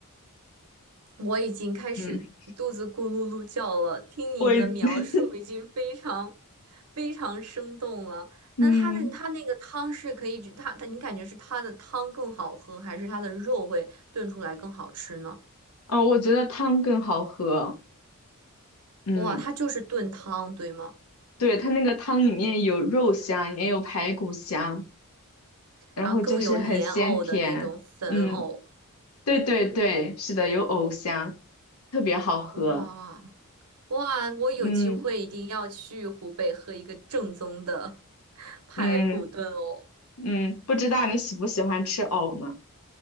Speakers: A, on the right; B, on the left.
A: 我已经开始肚子咕噜噜叫了，
B: 嗯，
A: 听你的描述已经非常
B: 我，<laughs>
A: 非常生动了。
B: 嗯，
A: 那它的它那个汤是可以只，它它你感觉是它的汤更好喝，还是它的肉会炖出来更好吃呢？
B: 哦，我觉得汤更好喝。嗯，
A: 哇，它就是炖汤，对吗？
B: 对，它那个汤里面有肉香，也有排骨香，然后就是很鲜甜。
A: 然后更有莲藕的那种粉藕，
B: 嗯，对对对，是的，有藕香，特别好喝。
A: 哇。哇，我有机会一定要去湖北喝一个正宗的
B: 嗯
A: <laughs> 排骨炖藕。
B: 嗯嗯，不知道你喜不喜欢吃藕呢？